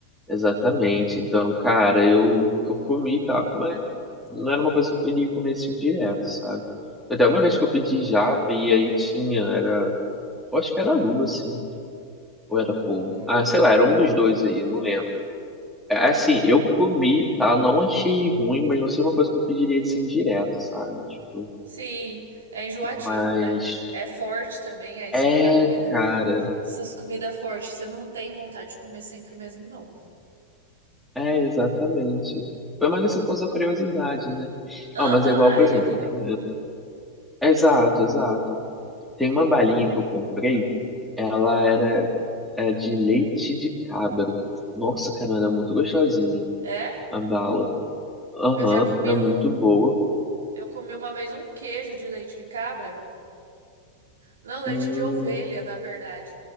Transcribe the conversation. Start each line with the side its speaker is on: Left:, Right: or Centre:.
Centre: Exatamente. Então, cara, eu, eu comi tá. mas não era uma coisa que eu iria comer assim direto, sabe? Até uma vez que eu pedi japa e aí tinha, era. Eu acho que era Lula, sim. Ou era polvo.
Right: Hum.
Centre: Ah, sei lá, era um dos dois aí, eu não lembro. É, é Assim, eu comi, tá? Eu Não achei ruim, mas não sei uma coisa que eu pediria de sem direto, sabe? Tipo,
Right: Sim, é enjoativo,
Centre: mas.
Right: né? É forte também, aí você
Centre: É,
Right: ficar comendo
Centre: cara.
Right: essas comidas fortes, você não tem vontade de comer sempre mesmo, não.
Centre: É, exatamente. Foi mais assim por causa da curiosidade, né?
Right: Aham,
Centre: Ah, mas é igual,
Right: aí
Centre: por exemplo,
Right: é legal.
Centre: tem. Exato, exato. Tem uma balinha que eu comprei, ela era é, de leite de cabra. Nossa, cara, era muito gostosinha
Right: É?
Centre: a bala. Aham,
Right: Eu já comi
Centre: era
Right: um,
Centre: muito boa.
Right: eu comi uma vez um queijo de leite de cabra. Não, leite
Centre: Hum,
Right: de ovelha, na verdade.